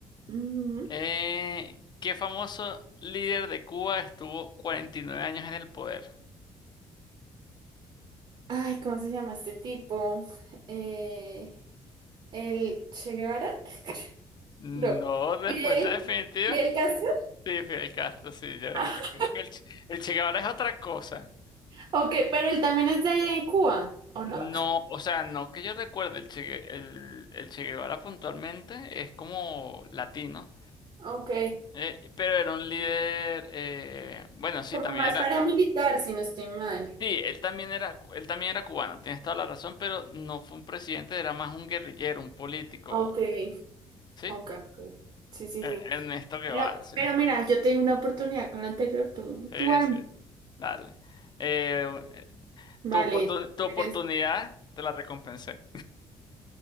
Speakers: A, on the right (about 50°); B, on the left (about 40°).
A: Ujú.
B: Eh, ¿qué famoso líder de Cuba estuvo 49 años en el poder?
A: Ay, ¿cómo se llama este tipo? Eh, ¿el Che Guevara? <laughs>
B: No,
A: No.
B: respuesta
A: ¿Fidel?
B: definitiva.
A: ¿Fidel Castro?
B: Sí, Fidel Castro, sí, yo,
A: <laughs>
B: yo como que el, Che- el Che Guevara es otra cosa.
A: Ok, pero él también es de Cuba, ¿o
B: No,
A: no?
B: o sea, no que yo recuerde, el Che, Gue- el, el Che Guevara puntualmente es como latino.
A: Ok,
B: Eh, pero era un líder, eh, bueno, sí,
A: como
B: también
A: más
B: era,
A: paramilitar, si no estoy mal.
B: sí, él también era, él también era cubano, tienes toda la razón, pero no fue un presidente, era más un guerrillero, un político,
A: Ok,
B: ¿sí?
A: ok, ok. Sí, sí,
B: Eh,
A: sí.
B: Ernesto Guevara,
A: Pero,
B: si
A: pero
B: no estoy
A: mira,
B: mal.
A: yo tengo una oportunidad con la anterior, tú,
B: Sí,
A: tú arma.
B: sí, dale. Eh, un- eh,
A: Vale,
B: tu oportun- tu
A: si
B: oportunidad
A: ¿quieres?
B: te la recompensé.